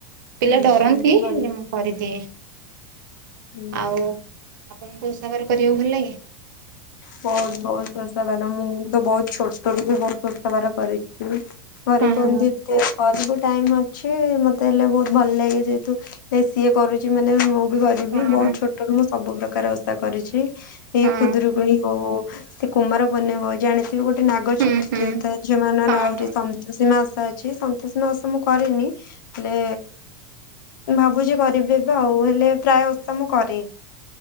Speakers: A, on the right; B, on the left.
A: ପିଲା
B: ଆଚ୍ଛା
A: ଡରନ୍ତି
B: ଭଲ
A: ହେଲେ ମୁଁ କରିଦିଏ
B: ହୁଁ।
A: ଆଉ ଆପଣଙ୍କୁ <unintelligible> କରିବାକୁ ଭଲ ଲାଗେ।
B: ବହୁତ ବହୁତ ଶସ୍ତା ବାଲା ମୁଁ ତ ବହୁତ ଛୋଟ ରୁ ବି ବହୁତ <unintelligible> କରିଛି। ଘରେ
A: ହଁ
B: କୁହନ୍ତି ଏତେ ପରେ ବି ଟାଇମ ଅଛି ମତେ ହେଲେ ବହୁତ ଭଲ ଲାଗେ ଯେହେତୁ ଏ ସିଏ କରୁଛି ମାନେ ମୁଁ କରିବି
A: ହଁ
B: ବହୁତ ଛୋଟରୁୁ ମୁଁ ସବୁ ପ୍ରକାର ଓଷା କରିଛି ଏଇ
A: ହଁ
B: ଖୁଦୁରୁକୁୁଣି ହଉ <inaudible> ସେ କୁମାର ପୂର୍ଣ୍ଣିମା ହଉ ଜାଣିଛି <inaudible> ସେ ଗୋଟେ ନାଗ-ଚ-ଚତୁର୍ଥୀ
A: ହୁଁ ହୁଁ
B: ଥାଏ ଝିଅ ମାନର
A: ହଁ
B: ଆହୁରି ସନ୍ତୋଷୀ ମାସ ଓଷା ଅ ଅଛି ସନ୍ତୋଷ ଓଷା ମୁଁ କରେନି ହେଲେ ଭାବୁଛି କରିବି <inaudible> ଆଉ ହେଲେ ପ୍ରାୟ ଓଷା ମୁଁ କରେ।